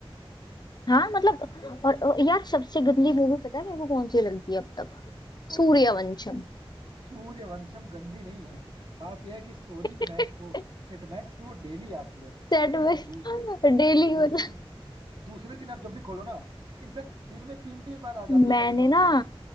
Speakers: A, on the left; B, on the right.
A: हाँ मतलब और और यार सबसे गंदी मूवी पता है मेरे को कौन सी लगती है अब तक
B: कौन
A: सूर्यवंशम
B: सी सूर्यवंशम गंदी नहीं है बात यह है कि सोनी
A: <laughs>
B: मैक वो सेट मैक्स पे वो डेली आती है
A: सेट
B: अगर
A: में
B: आप दूसरे
A: <laughs> डेली
B: दूसरे
A: वाला
B: दूसरे दिन आप जब भी खोलो ना इनफैक्ट दिन में तीन तीन बार आ जाती है
A: मैंने
B: कभी कभी
A: ना
B: तो